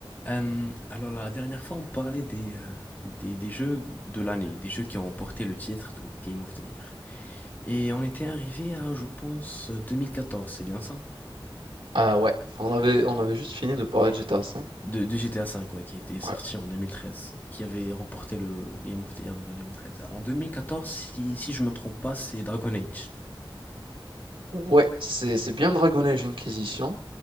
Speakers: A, on the left; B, on the right.
A: Euh, alors la dernière fois, on parlait des, euh, des, des jeux de l'année, des jeux qui ont remporté le titre de Game of the Year. Et on était arrivé à, je pense, 2014, c'est bien ça?
B: Ah ouais, on avait, on avait juste fini de
A: Ouais.
B: parler de GTA V.
A: De, de GTA V, ouais, qui était sorti
B: Ouais,
A: en 2013 et qui avait remporté le, le Game of the Year de 2013. Alors en 2014, si, si je me trompe pas, c'est Dragon Age.
B: ouais, c'est, c'est bien Dragon Age Inquisition.